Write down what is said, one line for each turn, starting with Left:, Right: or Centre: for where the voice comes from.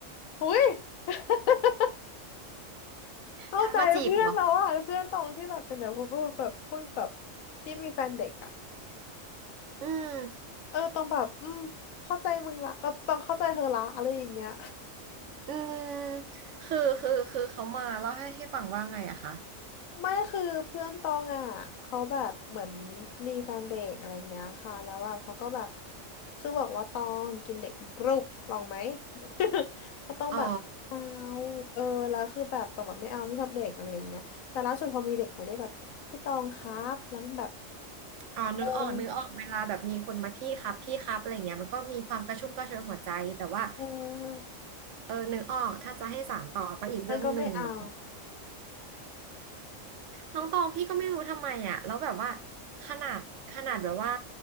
Left: อุ้ย <laughs> เข้าใจเพื่อนเราอะเพื่อนตองที่แบบเป็นแบบพูดแบบพูดแบบ
Right: ทักมาจีบเหรอ
Left: ที่มีแฟนเด็กอะ
Right: อืม
Left: เออตองแบบอืมเข้าใจมึงละแบบตองเข้าใจเธอละอะไรอย่างเงี้ย
Right: อืมคือคือคือเขามาเล่าให้ให้ฟังว่าไงอะคะ
Left: ไม่คือเพื่อนตองอ่ะเขาแบบเหมือนมีแฟนเด็กอะไรเงี้ยค่ะแล้วแบบเขาก็แบบคือบอกว่าตองกินเด็กเป็นกรุบลองไหม <laughs> ก็ต้องแบบเอา
Right: อ๋อ
Left: เออแล้วคือแบบตองแบบไม่เอาไม่ชอบเด็กอะไรอย่างเงี้ยแต่ล่าสุดพอมีเด็กมาเรียกแบบพี่ตองครับแล้วมันแบบ
Right: อ๋อนึกออกนึกออกเวลาแบบมีคนมาพี่ครับพี่ครับอะไรเงี้ยมันก็มีความกระชุ่มกระชวยหัวใจแต่ว่า
Left: เออเออ
Right: เออนึกออกถ้าจะให้สานต่อก็อีกเรื่องหนึ่งเนาะ
Left: มันก็ไม่เอา
Right: น้องตองพี่ก็ไม่รู้ทำไมอ่ะแล้วแบบว่าขนาดขนาดแบบว่า